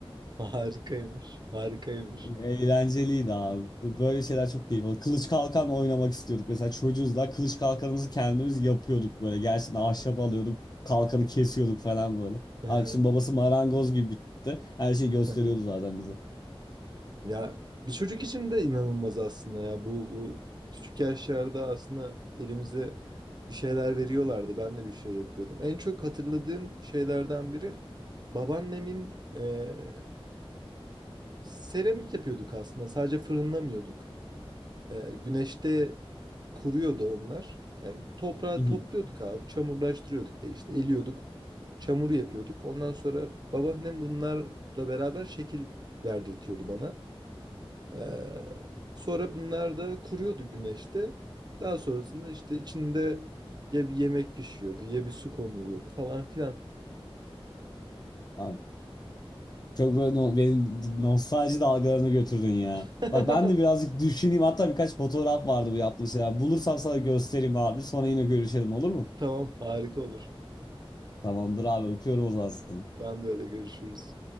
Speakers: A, on the right; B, on the left.
A: Harikaymış. Harikaymış.
B: Eğlenceliydi abi. Bu- Böyle şeyler çok keyifli. Kılıç kalkan oynamak istiyorduk. Mesela çocuğuz da kılıç kalkanımızı kendimiz yapıyorduk böyle. Gerçekten ahşap alıyorduk. Kalkanı kesiyorduk falan böyle.
A: Hı hı,
B: Arkadaşın babası marangoz gibi bir tipti. Her şeyi gösteriyordu
A: hı hı.
B: zaten bize.
A: Ya bir çocuk için de inanılmaz aslında ya. Bu, bu küçük yaşlarda aslında elimize bir şeyler veriyorlardı. Ben de bir şey yapıyordum. En çok hatırladığım şeylerden biri babaannemin eee, seramik yapıyorduk aslında. Sadece fırınlamıyorduk. Ee, güneşte kuruyordu onlar. Yani toprağı
B: <laughs>
A: topluyorduk abi, çamurlaştırıyorduk. E işte eliyorduk, çamuru yapıyorduk. Ondan sonra babaannem bunlarla beraber şekil verdirtiyordu bana. Ee, sonra bunlar da kuruyordu güneşte. Daha sonrasında işte içinde ya bir yemek pişiyordu ya bir su konuluyordu falan filan.
B: Abi, çok böyle no benim nostalji dalgalarına götürdün ya.
A: <laughs>
B: Bak ben de birazcık düşüneyim. Hatta birkaç fotoğraf vardı bu yaptığım şeyler. Bulursam sana göstereyim abi. Sonra yine görüşelim olur mu?
A: Tamam, harika olur.
B: Tamamdır abi öpüyorum o zaman seni.
A: Ben de öyle görüşürüz.